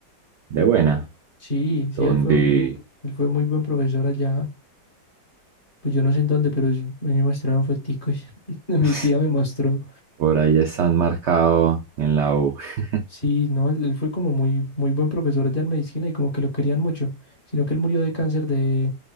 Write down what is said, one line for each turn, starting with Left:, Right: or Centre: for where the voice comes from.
Right: De buena.
Left: Sí, sí,
Right: ¿Dónde?
Left: él fue un, él fue muy buen profesor allá. Pues yo no sé en dónde, pero sí, a mí me mostraron foticos. <laughs> Mi
Right: <laughs>
Left: tía me mostró.
Right: Por ahí están marcados en la U. <laughs>
Left: Sí, no, él, él fue como muy, muy buen profesor allá en medicina y como que lo querían mucho, sino que él murió de cáncer de,